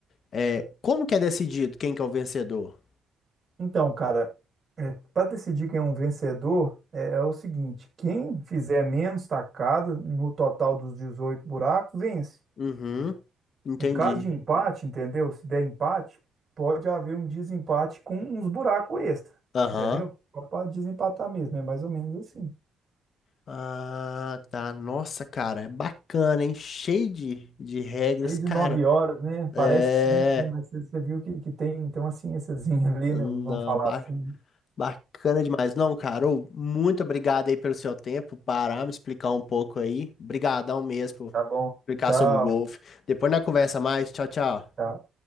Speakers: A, on the left; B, on the right.
A: é, como que é decidido quem que é o vencedor?
B: Então, cara, para decidir quem é um vencedor, é, é o seguinte: quem fizer menos tacadas no total dos 18 buracos, vence.
A: Uhum, entendi.
B: Em caso de empate, entendeu? Se der empate, pode haver um desempate com uns buracos extra,
A: Aham.
B: entendeu? Só para desempatar mesmo, é mais ou menos assim.
A: Ah, tá. Nossa, cara, é bacana, hein? Cheio de, de regras,
B: Lei de
A: cara.
B: nove horas, né?
A: É.
B: Parece simples, né? Mas você você viu que, que tem, então uma ciênciazinha <laughs> ali,
A: Não,
B: né? Vamos falar
A: ba-
B: assim.
A: bacana demais. Não, cara, ô, muito obrigado aí pelo seu tempo, parar, me explicar um pouco aí. Obrigadão mesmo
B: Tá
A: por
B: bom.
A: explicar
B: Tchau.
A: sobre o golfe. Depois na conversa mais. Tchau, tchau.
B: tchau.